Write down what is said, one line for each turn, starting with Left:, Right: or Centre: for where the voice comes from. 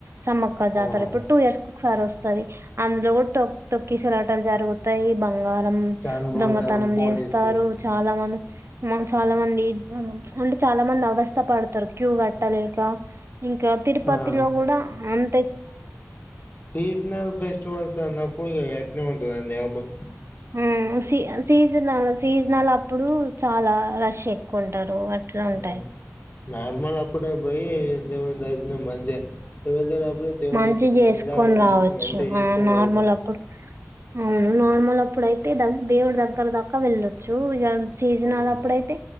Right: సమ్మక్క జాతర
Left: అవునవును
Right: ఇప్పుడు టూ ఇయర్స్ ఒక్సారి వస్తది. అందులో కూడా తొక్ తొకిసలాటాల్ జరుగుతాయి బంగా రం
Left: చనిపోతారు
Right: దొంగతనం
Left: పోలీసులు
Right: చేస్తారు చాలా మంది మ్మ చాలా మంది <unintelligible> ప్చ్ అంటే చాలా మంది అవస్థ పడతారు క్యూ కట్టలేక. ఇంకా తిరుపతిలో
Left: ఆ
Right: కూడా అన్
Left: సీజనల్ ఫెస్టివల్స్ అన్నప్పుడు ఇగ అట్నే ఉంటదండి యాబో.
Right: ఊ ఉ సి సీజనల్ సీజనల్ అప్పుడు చాలా రష్ ఎక్కువుంటారు. అట్లుంటాయి.
Left: మ్ నార్మల్ అప్పుడే బోయి దేవుని దర్శనం మంచిగా. వెళ్లేటప్పుడే దేవుని
Right: మంచిగ
Left: <unintelligible>
Right: జేసుకొని
Left: కండ్లరా
Right: రావచ్చు.
Left: జుషి మంచిగా జేసుకోగలుగుతాం.
Right: ఆ! నార్మల్ అప్పుడు అవును నార్మల్ అప్పుడైతే దగ్ దేవుడి దగ్గర ద క్క వెళ్ళొచ్చు ఇగ సీజనల్లప్పుడయితే
Left: అవును